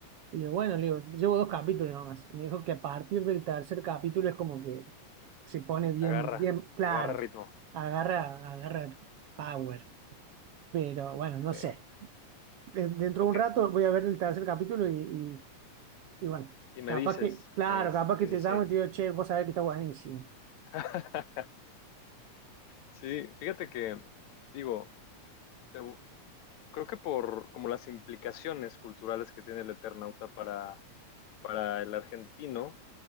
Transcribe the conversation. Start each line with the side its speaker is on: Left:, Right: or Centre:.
Right: Y le digo, bueno, le digo, llevo dos capítulos nomás. Y me dijo que a partir del tercer capítulo es como que se pone bien,
Left: Agarra,
Right: bien claro,
Left: agarra ritmo.
Right: agarra, agarra power. Pero bueno, no
Left: Ok,
Right: sé. De- Dentro
Left: ok.
Right: de un rato voy a ver el tercer capítulo y, Y bueno,
Left: Y me
Right: capaz
Left: dices,
Right: que, claro,
Left: me dices,
Right: capaz que
Left: sí,
Right: te
Left: sí,
Right: llamo
Left: sí.
Right: y te digo, che, vos sabés que está buenísimo.
Left: <laughs> Sí, fíjate que, digo, te- creo que por como las implicaciones culturales que tiene el Eternauta para, para el argentino,